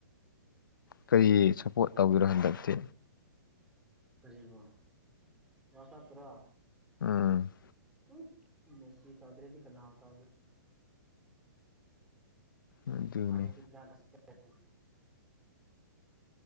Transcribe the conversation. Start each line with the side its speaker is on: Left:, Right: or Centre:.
Left: ꯀꯔꯤ ꯁꯞꯄꯣꯔꯠ ꯇꯧꯕꯤꯔꯣ ꯍꯟꯗꯛꯇꯤ
Centre: ꯀꯔꯤꯕꯣ ꯋꯔꯜꯀꯞꯇ꯭ꯔꯣ
Left: ꯎꯝ
Centre: ꯎꯝ ꯃꯦꯁꯤ ꯇꯧꯗ꯭ꯔꯗꯤ ꯀꯅꯥꯕꯨ ꯇꯧ ꯗ꯭ꯔꯦ
Left: ꯑꯗꯨꯅꯤ
Centre: ꯑꯥꯏ <unintelligible> ꯍꯦ